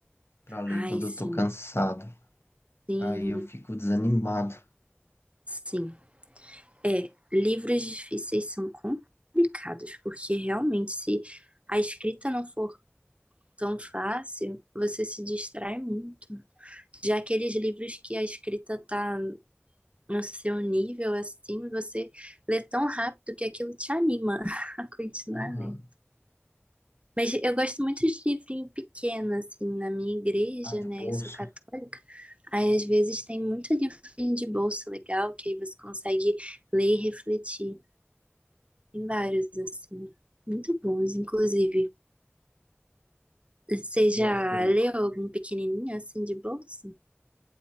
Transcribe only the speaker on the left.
pra ler
quando
eu tô cansado.
Aí eu fico desanimado.
Aham.
Ah, de
bolso.
eu acho que eu...